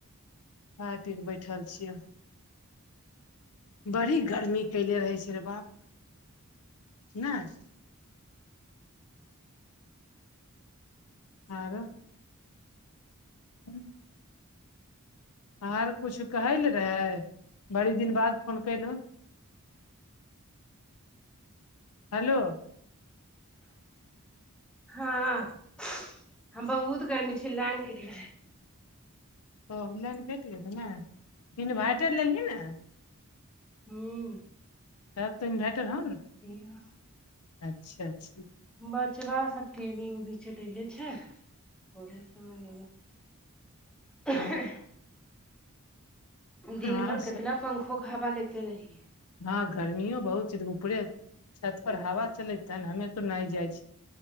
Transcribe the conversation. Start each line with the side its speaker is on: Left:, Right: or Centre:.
Left: खाय पी कऽ बैठल छियै बड़ी गर्मी कैले रहै छै रे बाप नय आरो ह आर कुछ कहैल रहे बड़ी दिन बाद फोन केलहो हेलो
Centre: हाँ हम बहुत गर्मी छै लाइन कटि गेलए
Left: ओ लेन कट गेले नै इनभेयटर लेलहिन हैं
Centre: हूँ
Left: तब तऽ इन्भर्टर हउ न
Centre: ह
Left: अच्छा अच्छा
Centre: बचबा सब टी वी उवी चलले छै ओहे सब ले ऐह
Left: हूँ
Centre: दिन
Left: आर
Centre: भर केतना पंखोे हवा लेते रहिये
Left: हाँ गर्मियो बहुत छै उपरे छत
Centre: हँ
Left: पर हवा चलेतै हमे और तऽ जाइ छियै